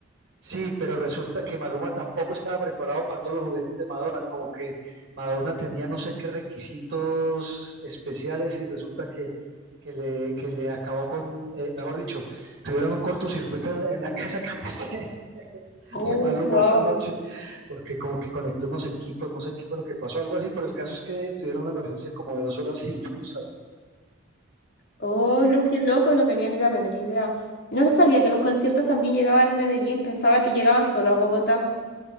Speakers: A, on the right (about 60°); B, on the left (about 55°).
A: Sí, pero resulta que Maluma tampoco estaba preparado para todos los juguetes de Madonna, como que Madonna tenía no sé qué requisitos especiales y resulta que, que le, que le acabó con, eh, mejor dicho, tuvieron un cortocircuito en, en la casa campestre <laughs>
B: Oh,
A: de Maluma
B: wow.
A: esa noche, porque como que conectó unos equipos, no sé qué fue lo que pasó, algo así, pero el caso es que tuvieron una emergencia como de dos horas <laughs> sin luz.
B: Oh, lo que loco, no tenía ni la menor idea. No sabía que los conciertos también llegaban a Medellín, pensaba que llegaban solo a Bogotá.